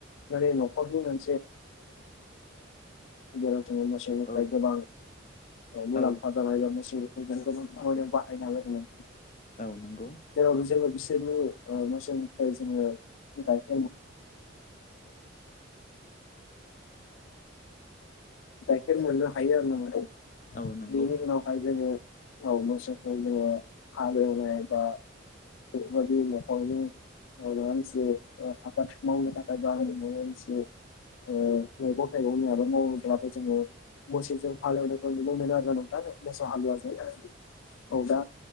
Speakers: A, on the left; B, on the left.
A: मानि न <unintelligible> जेराव जोङो मोसौनिफ्राय
B: औ
A: गोबां ओ मुलाम्फा
B: औ
A: जानाय बा मोनसे <unintelligible>
B: औ नंगौ
A: जेराव जोङो बिसोरनि ओ मोसौनिफ्राय जोङो गाइ <unintelligible> गायखेर मोननो हायो आरोना नोंथां
B: औ नंगौ
A: बेनि उनाव हाय जोङो उनाव मोसौखौ जोङो हालौनाय बा <unintelligible> आबाद मावनो थाखाय बाहायनाय जायो होन्नानै मिथियो ओ मैगं थाइगंनि आबाद मावोब्लाबो जोङो मोसौजों हालौनायखौ नुनो मोनो आरोना नोंथां मोसौ हालुवाजों औ दा